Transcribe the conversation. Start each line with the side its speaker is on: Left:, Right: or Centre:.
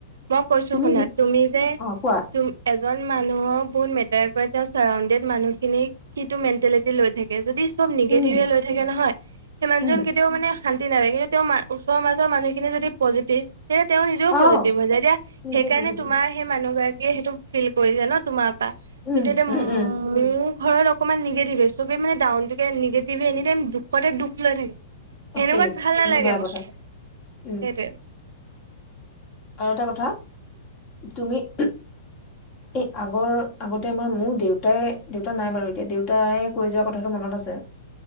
Right: মই কৈছো
Left: তুমি
Right: শুনা
Left: যি
Right: তুমি যে।
Left: অ কোৱা
Right: ম এজন মানুহক বহুত মেটাৰ কৰে তেওঁৰ চাৰাউণ্ডেড মানুহ খিনিক কিটো মেণ্টেলিটি লৈ থা। কে যদি চব নিগেটিভে
Left: উম
Right: লৈ থাকে নহয় সেই মানুহজন
Left: উম
Right: কেতিয়াও মানে শান্তি <inaudible> তেওঁ মা ওচৰৰ মাজৰ মুহখিনিয়ে যদি পজিটিভ। তেতিয়া তেওঁ নিজেও
Left: আহ
Right: পজিটিভ হৈ যায় তেতিয়া
Left: নিজে
Right: সেইকাৰণে
Left: পজিটিভ
Right: তোমাৰ সেই মানুহ গৰাকীয়ে সেইটো ফিল কৰিছে ন তোমাৰ। পা
Left: উম
Right: কিন্তু এতিয়া
Left: উম
Right: ম।
Left: উম
Right: মোৰ ঘৰত অকমান নিগেটিভে সবে মানে ডাউনে নিগেটিভে এনি টাইম দুখতে দুখ লৈ থা। সেনেকুৱাত
Left: সেইটো
Right: ভাল নালাগে
Left: বেয়া
Right: বস্তু
Left: কথা
Right: সেইটোৱে।
Left: উম আৰু এটা কথা তুমি। <inaudible> এই আগৰ আগতে আমাৰ মোৰ দেউতাই দেউতা নাই বাৰু এতিয়া দেউতাই কৈ যোৱা কথাটো মনত আছ। চে